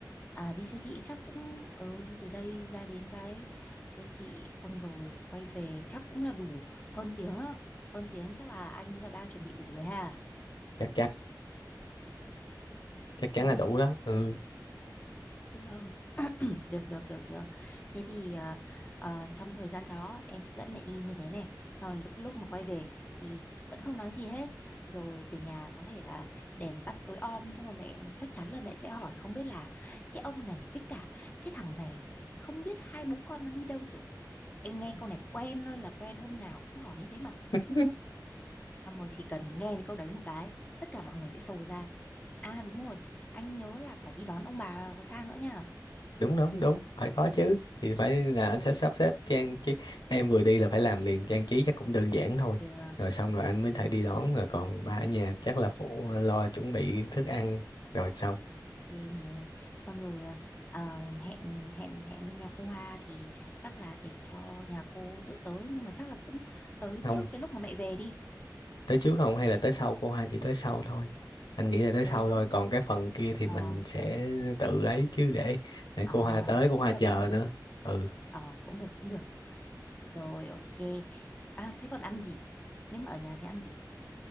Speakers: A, on the left; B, on the left.
A: À, đi siêu thị chắc cũng ừ, đi từ đây ra đến cái siêu thị xong rồi quay về chắc cũng là đủ hơn tiếng á. Hơn tiếng chắc là anh với cả ba chuẩn bị đủ rồi ha.
B: chắc chắn chắc chắn
A: Ừ.
B: là đủ đó ừ
A: Được. Được được được được. Thế thì ờ, ờ, trong thời gian đó em sẽ dẫn mẹ đi như thế này. Sau lúc lúc mà quay về thì vẫn không nói gì hết. Rồi về nhà có thể là đèn tắt tối om xong rồi mẹ chắc chắn là mẹ sẽ hỏi không biết là cái ông này với cả cái thằng này không biết hai bố con nó đi đâu rồi. Em nghe câu này quen thôi là quen hôm nào cũng hỏi như thế mà.
B: <laughs>
A: Xong rồi chỉ cần nghe cái câu đấy một cái tất cả mọi người sẽ sồ ra. À đúng rồi, anh nhớ là phải đi đón ông bà sang nữa nha.
B: đúng đúng đúng phải có chứ thì phải là anh sẽ sắp xếp trang trí em vừa đi là phải làm liền trang trí chắc cũng đơn giản thôi
A: Được.
B: rồi xong rồi anh mới thể đi đón rồi còn ba ở nhà chắc là phụ lo chuẩn bị thức ăn rồi xong
A: Ok nè xong rồi ờ, ờ, hẹn hẹn hẹn bên nhà cô Hoa thì chắc là để cho nhà cô tự tới nhưng mà chắc là cũng tới
B: không
A: trước cái lúc mà mẹ về đi
B: tới trước không hay là tới sau cô hai chỉ tới sau thôi anh nghĩ là tới sau
A: tới
B: thôi còn cái phần kia thì
A: ờ,
B: mình sẽ tự ấy chứ để để
A: ờ,
B: cô Hoa tới cô
A: cũng
B: Hoa
A: được
B: chờ
A: cũng được
B: nữa ừ
A: Ờ, cũng được cũng được rồi ok à, thế còn ăn gì nếu mà ở nhà thì ăn gì